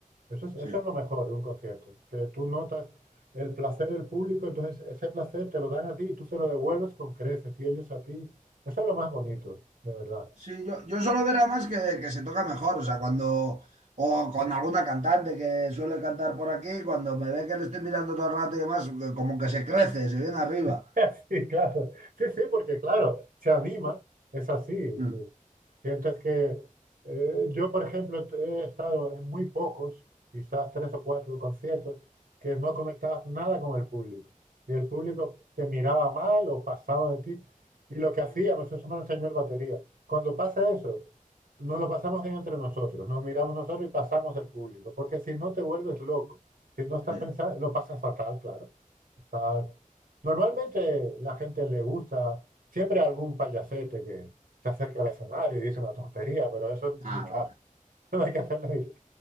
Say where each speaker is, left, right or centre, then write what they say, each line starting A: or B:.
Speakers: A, on the right (about 85°); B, on the right (about 65°).
A: Eso es,
B: sí.
A: eso es lo mejor de un concierto, que tú notas el placer del público, entonces ese placer te lo dan a ti y tú se lo devuelves con creces y ellos a ti. Eso es lo más bonito, de verdad.
B: Sí, yo, yo suelo ver además que, que se toca mejor, o sea, cuando, o con alguna cantante que suele cantar por aquí, cuando me ve que le estoy mirando todo el rato y demás, como que se crece, se viene arriba.
A: <laughs> Sí, claro. Sí, sí, porque claro, se anima, es así.
B: <laughs>
A: Tú sientes que eh, yo, por ejemplo, t- he estado en muy pocos, quizás tres o cuatro conciertos, que no conectabas nada con el público. Y el público te miraba mal o pasaba de ti. Y lo que hacíamos, eso me lo enseñó el batería. Cuando pasa eso, nos lo pasamos bien entre nosotros, nos miramos nosotros y pasamos del público. Porque si no te vuelves loco, si no estás
B: うんうんうんせうんせah,
A: pensando, lo pasas fatal, claro. Estás Normalmente la gente le gusta siempre algún payasete que se acerca al escenario y dice una tontería, pero eso
B: va.
A: ni caso. Eso no hay que hacerlo. ni- <laughs>